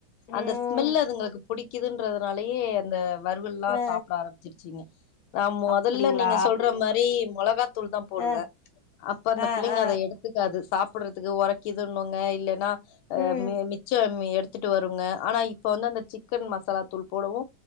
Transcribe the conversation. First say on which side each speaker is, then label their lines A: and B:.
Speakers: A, on the left; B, on the left.
A: ம்
B: அந்த ஸ்மெல் அதுங்களுக்கு புடிக்குதுன்றதுனாலயே அந்த வறுவல்லா
A: அ
B: சாப்ட ஆரம்பிச்சிருச் நா மொதல்ல
A: அப்டிங்களா
B: நீங்க சொல்ற மாரி மொளகாத்தூள் தா போடுவே
A: அ
B: அப்ப அந்த
A: அ
B: பிள்ளைங்க
A: அ
B: அத எடு த்துக்காது சாப்பிடறதுக்கு உறக்கிதுண்ணுங்க இல்லைன்னா
A: ம்
B: மிச்சம்மே எடு வத்துட்டு வருங்க ஆனா இப்ப வந்து அந்த சிக்கன் மசாலா தூள் போடவு